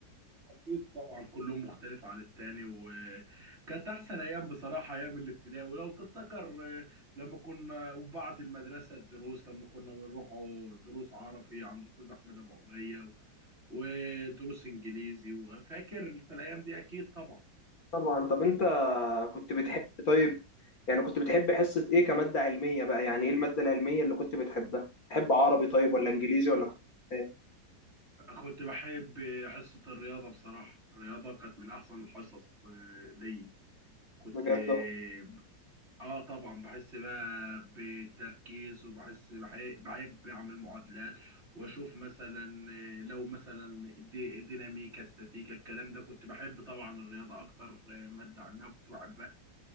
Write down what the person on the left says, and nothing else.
طبعا طب انت كنت بتحب طيب يعني كنت بتحب حصة ايه كمادة علمية بقى يعني ايه المادة العلمية اللي كنت بتحبها تحب عربي طيب ولا انجليزي
ولا كنت بتحب إيه؟
بجد